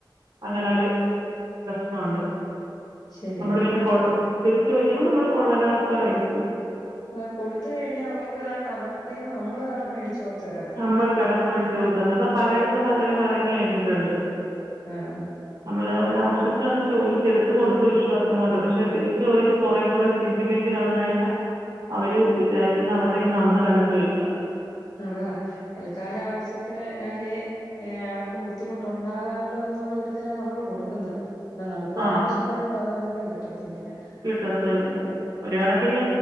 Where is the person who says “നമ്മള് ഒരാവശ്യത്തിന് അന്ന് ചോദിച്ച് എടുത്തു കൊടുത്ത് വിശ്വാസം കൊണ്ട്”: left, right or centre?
Right